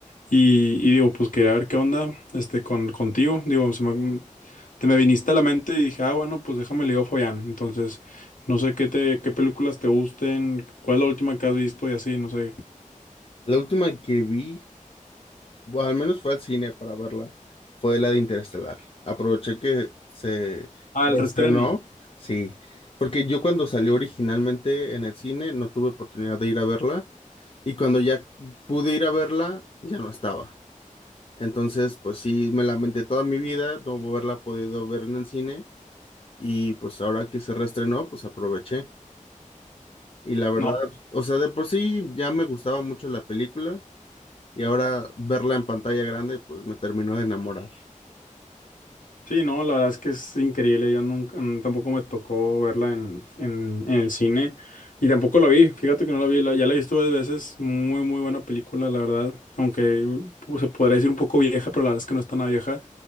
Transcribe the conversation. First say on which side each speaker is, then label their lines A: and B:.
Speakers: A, on the left; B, on the left.
A: y, y digo, pues quería ver qué onda este, con, contigo. Digo, se me, te me viniste a la mente y dije, ah, bueno, pues déjame leo Follán. Entonces, no sé qué, te, qué películas te gusten, cuál es la última que has visto y así, no sé.
B: La última que vi, o al menos fue al cine para verla, fue la de Interestelar. Aproveché que se
A: Ah,
B: reestrenó,
A: el restreno.
B: sí, porque yo cuando salió originalmente en el cine no tuve oportunidad de ir a verla y cuando ya pude ir a verla ya no estaba. Entonces, pues sí, me lamenté toda mi vida no haberla podido ver en el cine y pues ahora que se reestrenó, pues aproveché. Y la verdad,
A: No.
B: o sea, de por sí ya me gustaba mucho la película y ahora verla en pantalla grande, pues me terminó de enamorar.
A: Sí, no, la verdad es que es increíble. Yo nunca, mm, tampoco me tocó verla en, en, en el cine y tampoco la vi. Fíjate que no la vi, la- ya la he visto varias veces. Muy, muy buena película, la verdad. Aunque pues, se podría decir un poco vieja, pero la verdad es que no es tan vieja.